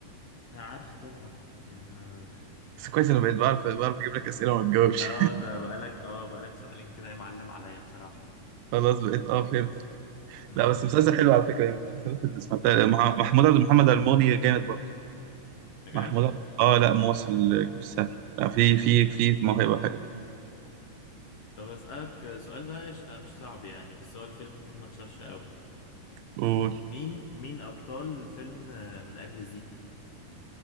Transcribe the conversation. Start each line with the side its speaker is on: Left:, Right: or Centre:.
Left: لا عارفه طبعا يا-
Right: بس كويس انا بقيت بعرف بعرف اجيب لك اسئله وما تجاوبش
Left: اه انت بقالك اه بقالك سؤالين كده يا معلم عليا بصراحة
Right: <laughs> خلاص بقيت اه فهمت
Left: امم
Right: لا بس مسلسل حلو على فكره يعني المسلسلات اللي سمعتها مع- محمود عبد محمد الموني جامد برضه
Left: بجد
Right: محمود عبد- اه لا مواصل مش سهل آه، في في في موهبه حلوه
Left: طب اسألك السؤال ده قشطة مش صعب يعني بس هو الفيلم ممكن ما اتشافش قوي
Right: قول
Left: مين مين ابطال فيلم آه، من اجل زيكو